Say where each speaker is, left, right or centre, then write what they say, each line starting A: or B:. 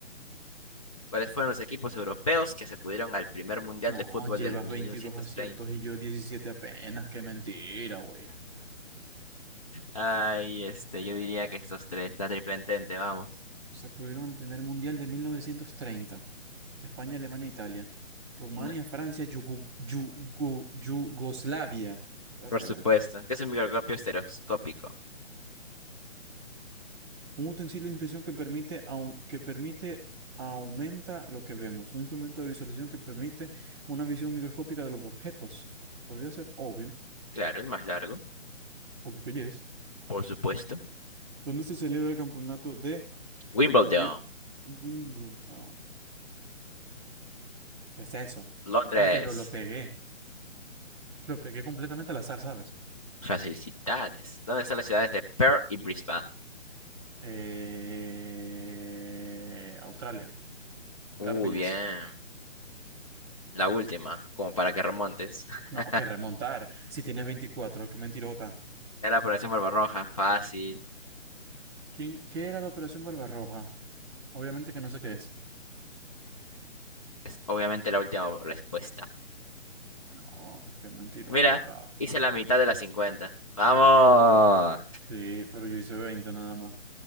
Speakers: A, on the left; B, in the centre.
A: ¿Cuáles fueron los equipos europeos que acudieron al primer mundial
B: No,
A: de fútbol
B: llevas
A: del mil
B: veintidós
A: novecientos
B: aciertos
A: treinta
B: y yo 17 apenas. Qué mentira, güey.
A: Ay, este, yo diría que estos tres, la triple entente, vamos.
B: Sacudieron el primer mundial de 1930. España, Alemania, Italia. Rumania,
A: No-
B: Francia, Yugu- Yugo- Yugoslavia. Vértale.
A: por supuesto, que es un microscopio estereoscópico.
B: Un utensilio de inspección que permite, au- que permite, aumenta lo que vemos. Un instrumento de visualización que permite una visión microscópica de los objetos. Podría ser obvio,
A: Claro, el más largo,
B: obvio que yes.
A: por supuesto.
B: ¿Dónde se celebra el campeonato de
A: Wimbledon,
B: Wi- Wimbledon? ¿Qué es eso?
A: Londres.
B: Ah, pero lo pegué. Lo pegué completamente al azar, ¿sabes?
A: Facilidades. ¿Dónde están las ciudades de Perth y Brisbane?
B: Eh... Australia.
A: Uh,
B: Claro que yes.
A: bien. La última, como para que remontes. <laughs>
B: No, que remontar. Si tienes 24, qué mentirota.
A: Era la población barbarroja, fácil.
B: ¿Quién, qué era la Operación Barbarroja? Obviamente que no sé qué es.
A: Es obviamente la última respuesta.
B: No, qué mentirota.
A: Mira, hice la mitad de las 50. ¡Vamos!
B: Sí, pero yo hice 20 nada más.